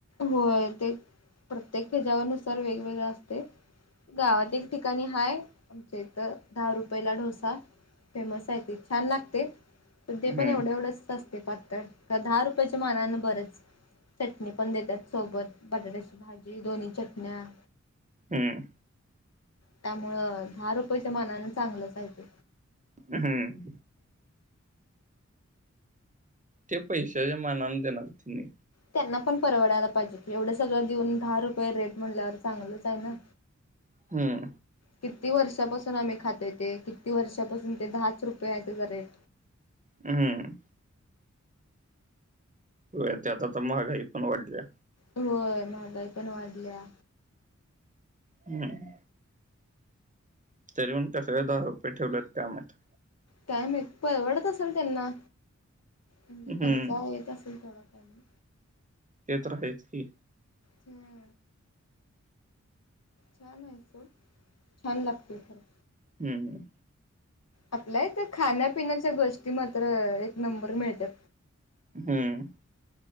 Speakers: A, on the left; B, on the right.
A: होय ते प्रत्येक हेच्या नुसार वेगवेगळ असते. गावात एक ठिकाणी हाय आमच्या इथं दहा रुपयेला ढोसा. फेमस आहे ती छान लागते. तर ते
B: हम्म
A: पण एवढं एवढंच असते पातळ दहा रुपयाच्या मानानं बरंच पण देतात सोबत बटाट्याची भाजी, दोन्ही चटण्या.
B: हम्म
A: त्यामुळं दहा रुपयेच्या मानान चांगलंच हाय ते
B: हम्म ते पैशाच्या मानान देणार त्यांनी
A: त्यांना पण परवडायला पाहिजे एवढं सगळं देऊन दहा रुपये रेट म्हणल्यावर चांगलंच आहे ना.
B: हम्म
A: किती वर्षापासून आम्ही खातोय. ते किती वर्षापासून ते दहाच रुपये आहे त्याचा रेट.
B: हम्म हो त्यात आता महागाई पण वाढल्या.
A: होय महागाई पण वाढल्या.
B: हम्म तरी पण कसं दहा रूपये ठेवलंत काय माहीत?
A: काय माहीत परवडत असेल त्यांना म्हणजे
B: हम्म
A: खर्चा येत असेल थोडा कमी.
B: ते तर आहेच की
A: ते छान आहे ते छान लागते खर.
B: हम् ह
A: आपल्या इथं खाण्यापिण्याच्या गोष्टी मात्र एक नंबर मिळत्यात
B: हम्म